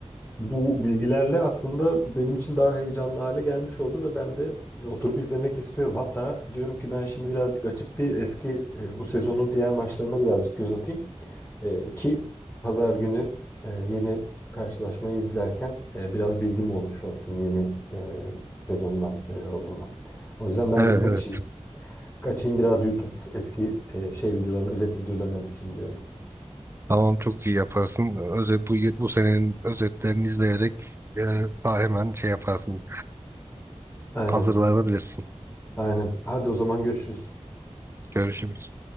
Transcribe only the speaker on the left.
bu bilgilerle aslında benim için daha heyecanlı hale gelmiş oldu ve ben de e, oturup izlemek istiyorum. Hatta diyorum ki ben şimdi birazcık açıp bir eski e, bu sezonun diğer maçlarına birazcık göz atayım. E, ki pazar günü e, yeni karşılaşmayı izlerken e, biraz bilgim olmuş olsun yeni e, sezondan neler olduğuna. O yüzden ben
birkaç
Kaçayım biraz YouTube eski e, şey videolarını, özet videolarına düşeyim diyorum.
Aynen,
aynen. Hadi o zaman görüşürüz.